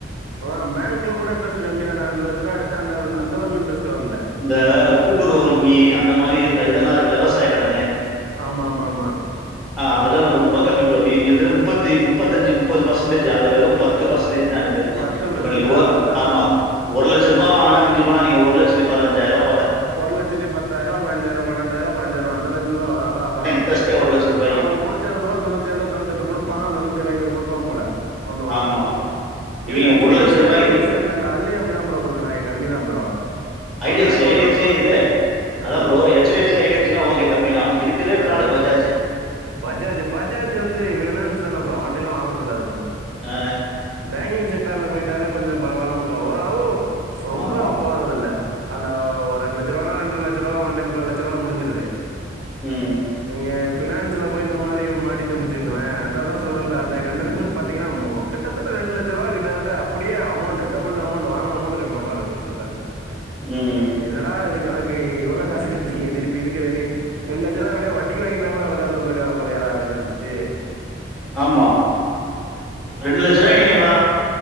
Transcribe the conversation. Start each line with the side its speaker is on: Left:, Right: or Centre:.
Right: ஆ பேங்க்ல கூட இன்ட்ரெஸ்ட் கம்மி தானா ரெண்டு லட்ச ரூவா எடுத்தே அந் அந்தளவு இன்ட்ரெஸ்ட் வரல
Centre: இந்த கூட்டுற வங்கி அந்த மாரி இந்த இதெல்லா இருக்குல்ல இந்த விவசாய கடனு
Right: ஆமா ஆமா ஆமா
Centre: அ அதலா ரொம்ப கம்மி ப்ரோ இவங் இவங்க இதுல முப்பத்த முப்பத்தஞ்சு முப்பது பர்சன்டேஜ் அதுல வெறு பத்து பர்சன்டேஜ் தா எனக் தெரிஞ்சு
Right: பத்து பர்சன்ட்
Centre: இப்ப நீங்க ஒர்
Right: அதான் அதான் அதான்
Centre: ஆமா ஒர் லட்ச ரூபா வாங்கானா மி்ஞ்சி போனா நீங்க ஒருலட்சத்து பதினஞ்சாயிருவா
Right: ஒரு லட்சத்தி பத்தாயிரோ பதினஞ்சாயிரோ பன்னென்டாயிரோ பதினஞ்சாயிருபா அந்த ரேஞ்லதா வரு அதா அதா
Centre: இன்ட்ரெஸ்ட்யே ஒரு லட்சரூபா
Right: அவ புடிச்சதுபோக தொண்ணூத்தேலு தொண்ணூத்தி எட்டு குடுப்பா தொண்ணூத்தி ஏழு ஐநூறு குடுப்பா போல ஒன்று வாங்கினான்
Centre: ஆமா
Right: இது
Centre: இவிங்க
Right: ஹச்
Centre: ஒரு
Right: டி
Centre: லட்ச
Right: எப் சி யா
Centre: ரூபாய்க்கு
Right: ஐ டி எப் சி யானு தெர்ல அதுலையு அப்டிதா குடுக்குறாங்க கம்மி தா bro
Centre: I
Right: one
Centre: D F
Right: lakh
Centre: C I
Right: வாங்கினா
Centre: D எப் சி
Right: தொண்ணூத்தி
Centre: இல்ல
Right: ஏழு ஆ,
Centre: அதா bro H D F C I D F C okay கம்மி தா இதுக் இருக்றதுலே
Right: ஆ.
Centre: பிராடு பஜாஜ்
Right: பஜாஜ் பஜாஜ் வந்து பினான்ஸ் தான ப்ரோ அவன்ட எல்லா வாங்க கூடாது நம்ம
Centre: ஆ
Right: பேங்கிங் செக்டர்ல போயிட்டாலே கொஞ்சோ பரவாயில்லாம இருக்கு ஓரளவு ரொம்ப
Centre: ஆமா
Right: போறது இல்ல அந்த ஒரு ரெண்டு லட்ச ரூவானா ரெண்டரை லட்ச ரூபா ஒன்னே முக்கால் லட்ச ரூபால முடிஞ்சிருது
Centre: ம்
Right: நீங்க பினான்ஸ்ல போய் இந்த மாரி மாடிட்டோனு வச்சுக்கோங்ளே அதாதா சொல்றேல அந்த எங்க அண்ணனுக்கு பாத்தீங்கனா கிட்டத்தட்ட ரெண்டு லட்சம் ரூபா கிட்டதட்ட அப்டியே அமௌண்ட் டபுள் அமௌண்ட் வாங்கன அமௌண்ட் கட்ற மாறி இருக்கு ஃபஸ்ட்
Centre: ம்
Right: என்னடா இது கணக்கு இவ்ளோ காசு கட்டுறீங்க திருப்பி இதுக்கறது இரண்டு லட்ச ரூபா வட்டிக்கு வாங்கிருந்தா கூட இவ்ளோ காசு வந்திருக்கா போலையட அப்டினு நெனச்சிட்டு
Centre: ஆமா ரெண்டு லட்ச ரூபாய நீ மா